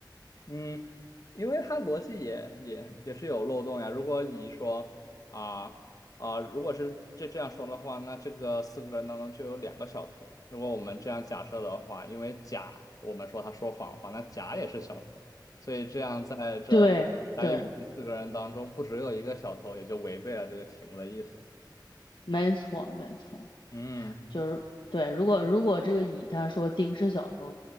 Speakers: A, on the left; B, on the left.
A: 嗯，因为它逻辑也也也是有漏洞呀。如果乙说啊啊、如果是这这样说的话，那这个四个人当中就有两个小偷。如果我们这样假设的话，因为甲我们说他说谎话，那甲也是小偷，所以这样在这甲乙丙丁四个人当中，
B: 对对，
A: 不只有一个小偷，也就违背了这个题目的意思。
B: 没错没错。
A: 嗯
B: 就是对，如果如果这个乙他说丁是小偷，